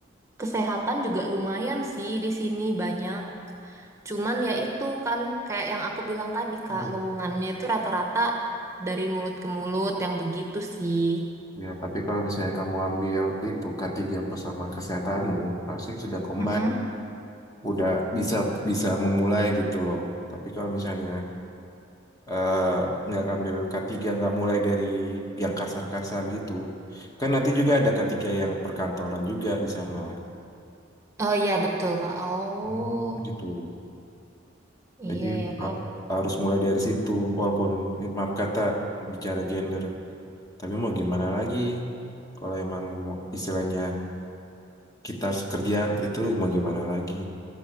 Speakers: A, on the right; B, on the left.
A: kesehatan juga lumayan sih di sini banyak. Cuman ya itu kan kayak yang aku bilang tadi Kak,
B: Hmm.
A: lowongannya itu rata-rata dari mulut ke mulut yang begitu sih.
B: Ya, tapi kalau misalnya kamu ambil itu k tiga plus sama kesehatanmu, pasti sudah combine,
A: Mm-mm.
B: udah bisa bisa memulai gitu loh. Tapi kalau misalnya eh, nggak ambil k tiga nggak mulai dari yang kasar-kasar gitu, kan nanti juga ada k tiga yang perkantoran juga di sana.
A: Oh iya betul Kak. Oh
B: Hmm, gitu.
A: iya
B: Jadi
A: ya Kak.
B: ha- harus mulai dari situ, walaupun eh, maaf kata bicara gender, tapi mau gimana lagi? Kalau emang mau istilahnya kita harus kerja itu mau gimana lagi?